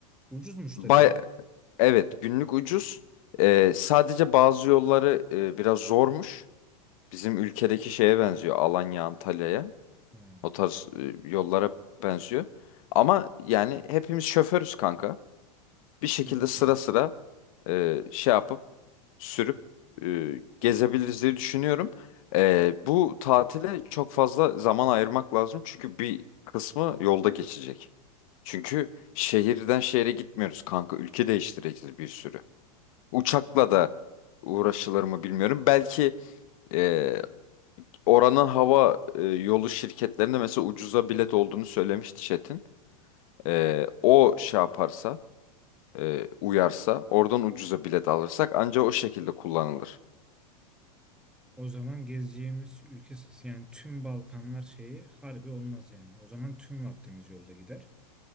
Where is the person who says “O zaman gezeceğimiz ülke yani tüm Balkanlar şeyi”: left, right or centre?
Centre